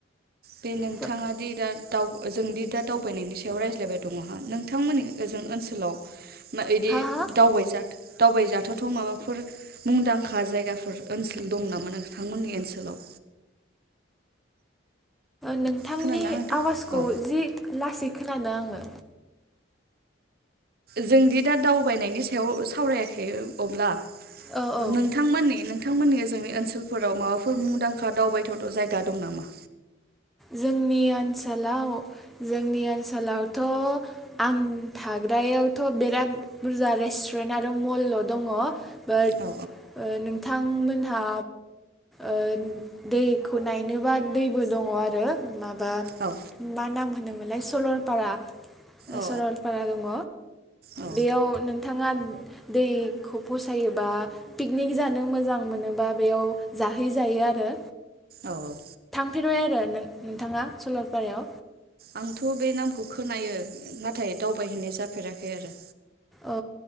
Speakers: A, on the right; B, in the centre.
A: बे नोंथांङा
B: थ'
A: दि दा दाव जोंदि दा दावबायनायनि सायाव रायज्लायबाय दङहा नोंथांमोननि ओ जों ओनसोलाव ना बिदि
B: हा हा
A: दावबायजाथ दावबायजाथावथाव माबाफोर मुंदांखा जायगाफोर ओनसोल दं नामा नोंथांमोननि ओनसोलाव?
B: नोंथांनि
A: खोनादोंना नोंथां
B: आवाजखौ
A: औ
B: जि लासै खोनादो आंङो।
A: जोंदि दा दावबायनायनि सायाव सावरायाखै अब्ला।
B: औ औ
A: नोंथांमोननि नोंथांमोननि ओजों ओनसोलफोराव माबाफोर मुंदांखा दावबायथावथाव जायगा दं नामा?
B: जोंनि ओनसोलाव जोंनि ओनसोलावथ' आं थाग्रायाव थ' बिराद बुरजा रेस <unintelligible> आरो मल दङ। बाट
A: औ
B: ओ नोंथां बिथांमोनहा ओ दैखौ नायनोबा दैबो दङ आरो आरो माबा
A: औ
B: मा नाम होनोमोनलाय सरलपारा,
A: औ
B: सरलपारा दङ
A: औ
B: बेयाव नोंथाङा दैखौ फसायोबा पिकनिक जानो मोजां मोनोबा बेयाव जाहैजायो आरो
A: औ
B: <unintelligible> आरोनो नोंथाङा सललपारायाव।
A: आंथ' बे नामखौ खोनायो नाथाय दावबायहैनाय जाफेराखै आरो।
B: अ